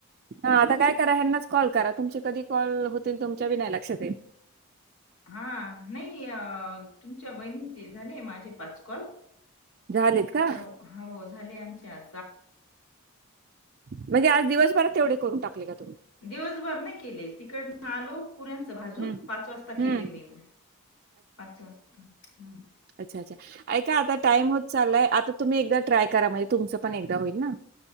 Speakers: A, on the right; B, on the left.
A: हा आता काय करा हनाच कॉल करा, तुमची कधी कॉल होतील तुमच्या बी नाही लक्षात येत.
B: हा नाही अ तुमच्या बहिणीचे झाले, माझे पाच कॉल.
A: झालेत का
B: आता हो झाली आमच्या.
A: म्हणजे आज दिवसभरात तेवढे करून टाकले का तुम्ही
B: दिवसभर न केले. तिकड नालो पुऱ्यांच भाजून
A: हम्म
B: पाच वाजता
A: हम्म
B: केले मी म पाच वाजता हम्म.
A: अच्ा अच्ा <unintelligible> ऐका आता टाइम होत चाललाय, आता तुम्ही एकदा ट्राय करा, म्हणजे तुमचं पण एकदा होईल ना,